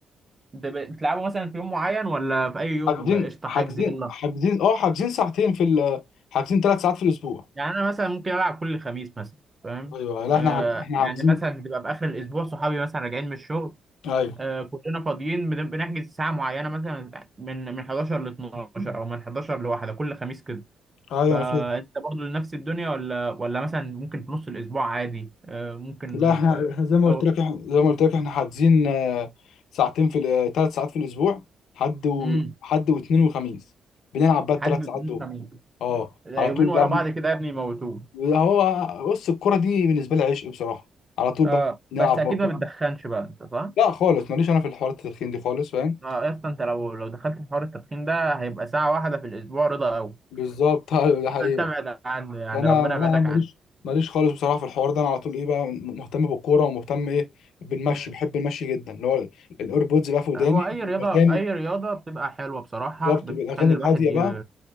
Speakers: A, on the right; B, on the left.
A: انت ب- بتلعبه مثلا في يوم معين ولا في اي يوم
B: حاجزين
A: قشطه
B: حاجزين
A: حجز يلا
B: حاجزين اه حاجزين ساعتين في ال حاجزين ثلاث ساعات في الاسبوع
A: يعني انا مثلا ممكن العب كل خميس مثلا فاهم
B: ايوه لا
A: آه
B: احنا حاج... احنا
A: يعني
B: حاجزين
A: مثلا بتبقى في اخر الاسبوع صحابي مثلا راجعين من الشغل
B: ايوه
A: آه كلنا فاضيين بن- بنحجز ساعه معينه مثلا من من 11 ل 12 او من 11 لواحده كل خميس كده
B: ايوه
A: فانت
B: انا فاهم
A: برضه نفس الدنيا ولا ولا مثلا ممكن في نص الاسبوع عادي آه ممكن
B: لا احنا
A: في
B: احنا زي ما
A: او
B: قلت لك احنا زي ما قلت لك احنا حاجزين آه، ساعتين في ثلاث ساعات في الاسبوع حد و...
A: امم
B: حد واثنين وخميس بنلعب بقى
A: حد
B: الثلاث ساعات
A: يوم
B: دول
A: خميس
B: اه
A: لا،
B: على
A: يومين
B: طول بقى
A: ورا
B: بن-
A: بعض كده يا ابني يموتوه
B: هو بص الكرة دي بالنسبة لي عشق بصراحة على طول
A: آه
B: بقى نلعب
A: بس اكيد
B: بقى
A: ما بتدخنش بقى انت صح
B: لا خالص ماليش انا في الحوارات التدخين دي خالص فاهم
A: اه يا اسطى انت لو لو دخلت في حوار التدخين ده هيبقى ساعة واحدة في الأسبوع رضا أوي
B: بالظبط <laughs> ايوه دي حقيقة
A: فأنت ابعد عنه يعني
B: فانا
A: ربنا يبعدك
B: لا ماليش
A: عنه
B: ماليش خالص بصراحة في الحوار ده انا على طول ايه بقى مهتم بالكورة ومهتم ايه بالمشي
A: مم.
B: بحب المشي جدا اللي هو الايربودز بقى في وداني
A: هو أي رياضة
B: الاغاني
A: أي رياضة بتبقى حلوة بصراحة
B: بالظبط
A: بتخلي
B: بالاغاني الهاديه
A: الواحد
B: بقى
A: ي...